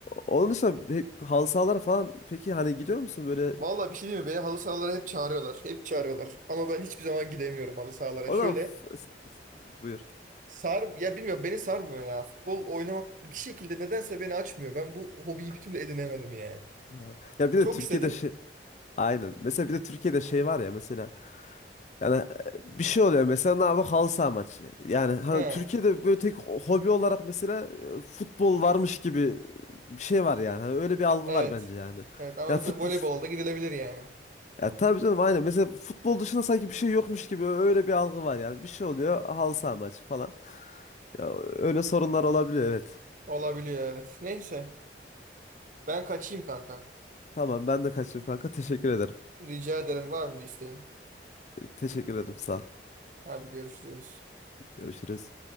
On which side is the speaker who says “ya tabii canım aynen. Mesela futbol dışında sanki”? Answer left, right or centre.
Left